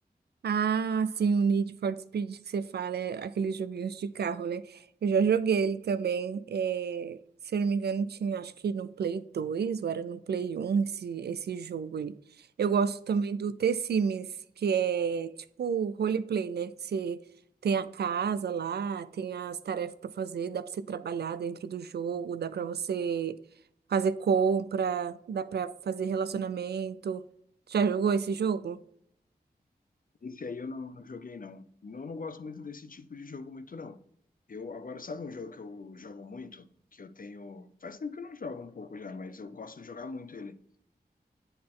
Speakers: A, on the right; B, on the left.
A: Ah, sim, o Need for Speed que você fala, é aqueles joguinhos de carro, né? Eu já joguei ele também. é, se eu não me engano, tinha acho que no Play 2 ou era no Play 1 esse, esse jogo aí. Eu gosto também do The sims que é tipo roleplay, né? Que você tem a casa lá, tem as tarefas para fazer, dá para você trabalhar dentro do jogo, dá para você fazer compra, dá para fazer relacionamento. Já jogou esse jogo?
B: Esse aí eu não, não joguei, não. Eu não gosto muito desse tipo de jogo, muito, não. Eu, agora, sabe um jogo que eu jogo muito? Que eu tenho. Faz tempo que eu não jogo um pouco já, mas eu gosto de jogar muito ele.